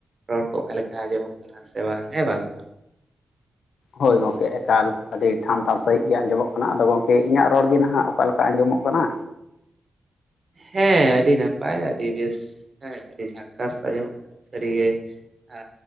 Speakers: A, on the right (about 35°); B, on the left (about 85°).
A: ᱨᱚᱲ ᱠᱚ ᱚᱠᱟ ᱞᱮᱠᱟ ᱟᱸᱡᱚᱢᱚᱜ ᱠᱟᱱᱟ ᱥᱮ ᱵᱟᱝ ᱦᱮᱸ ᱵᱟᱝ᱾
B: ᱦᱳᱭ ᱜᱚᱝᱠᱮ ᱮᱠᱟᱞ ᱟᱹᱰᱤ ᱴᱷᱟᱢ ᱴᱷᱟᱢ ᱥᱟᱺᱦᱤᱡ ᱜᱮ ᱟᱸᱡᱚᱢᱚᱜ ᱠᱟᱱᱟ ᱟᱫᱚ ᱜᱚᱝᱠᱮ ᱤᱧᱟᱹᱜ ᱨᱚᱲ ᱜᱮ ᱱᱟᱦᱟᱜ ᱚᱠᱟ ᱞᱮᱠᱟ ᱟᱸᱡᱚᱢᱚᱜ ᱠᱟᱱᱟ?
A: ᱦᱮᱸ ᱟᱹᱰᱤ ᱱᱟᱯᱟᱭ ᱟᱹᱰᱤ ᱵᱮᱥ᱾ ᱦᱮᱸ ᱟᱹᱰᱤ ᱡᱷᱟᱠᱟᱥ ᱟᱸᱡᱚᱢᱚᱜ ᱠᱟᱱᱟ ᱥᱟᱹᱨᱤ ᱜᱮ᱾ ᱟ